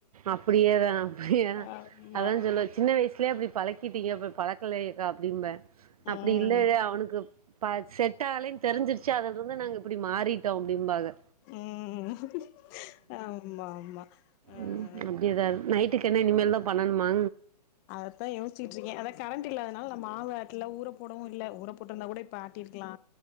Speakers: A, on the right; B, on the left.
A: அப்படியேதா அப்படியேதா
B: ஆமா
A: அதா சொல்லுவ சின்ன வயசுலயே அப்டி பழக்கீட்டிங்க இப்போ பழக்கலக்கா அப்டிம்பே அப்டி
B: ம்
A: இல்லல அவனுக்கு ப செட்டாலன்னு தெரிஞ்சிருச்சு அதுனால நாங்க இப்டி மாறிட்டோ அப்டிம்பாக
B: ம் ஆமா ஆமா ஆ
A: ம் அப்டியேதா நைட்டுக்கு என்ன இனிமேல் தா பண்ணணுமா
B: அததா யோச்சிக்கிட்டு இருக்கே அதா கரண்ட் இல்லாதனால நம்ம மாவு ஆட்டல ஊர போடவு இல்ல ஊர போட்டிருந்தா கூட இப் ப்ப ஆட்டி இருக்கலா